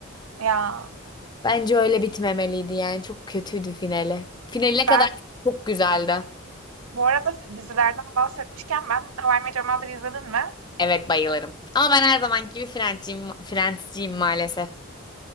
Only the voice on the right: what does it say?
Ya,
ben
Bu arada dizilerden bahsetmişken ben How I Met Your Mother'ı izledin mi?